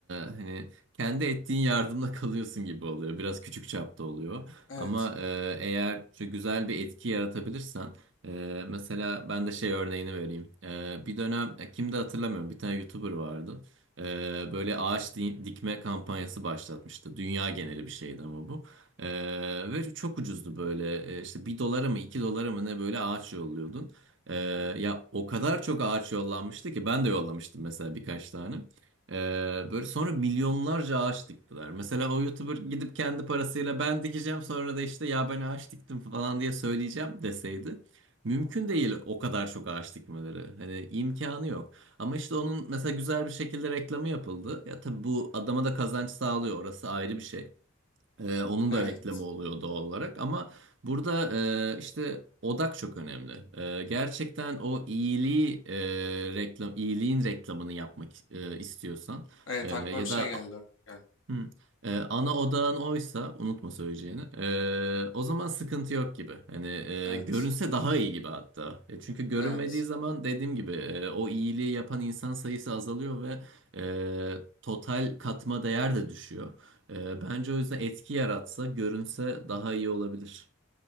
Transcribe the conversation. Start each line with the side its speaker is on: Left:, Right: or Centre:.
Right: hani kendi ettiğin yardımla <laughs> kalıyorsun gibi oluyor. Biraz küçük çapta oluyor.
Left: Evet,
Right: Ama e, eğer şu güzel bir etki yaratabilirsen e, mesela ben de şey örneğini vereyim. E, bir dönem ya kimdi hatırlamıyorum bir tane YouTuber vardı. Ee, böyle ağaç di- dikme kampanyası başlatmıştı. Dünya geneli bir şeydi ama bu. Ee, ve çok ucuzdu böyle Ee, işte bir dolara mı iki dolara mı ne böyle ağaç yolluyordun. Ee, ya o kadar çok ağaç yollanmıştı ki ben de yollamıştım mesela birkaç tane. Ee, böyle sonra milyonlarca ağaç diktiler. Mesela o YouTuber gidip kendi parasıyla ben dikeceğim sonra da işte ya ben ağaç diktim falan diye söyleyeceğim deseydi. Mümkün değil o kadar çok ağaç dikmeleri. Hani imkanı yok. Ama işte onun mesela güzel bir şekilde reklamı yapıldı. Ya tabii bu adama da kazanç sağlıyor. Orası ayrı bir şey. Ee, onun
Left: evet,
Right: da reklamı oluyor doğal olarak. Ama burada e, işte odak çok önemli. Ee, gerçekten o iyiliği e, reklam, iyiliğin reklamını yapmak e, istiyorsan
Left: evet
Right: e, ya
Left: aklıma bir şey
Right: da
Left: geldi, örnek geldi.
Right: Hı. Ee, ana odağın oysa unutma söyleyeceğini. Ee, o zaman sıkıntı yok gibi. Hani e,
Left: Evet,
Right: görünse daha iyi gibi hatta. E, çünkü görünmediği
Left: evet.
Right: zaman dediğim gibi e, o iyiliği yapan insan sayısı azalıyor ve e, total katma değer de düşüyor. E, bence o yüzden etki yaratsa görünse daha iyi olabilir.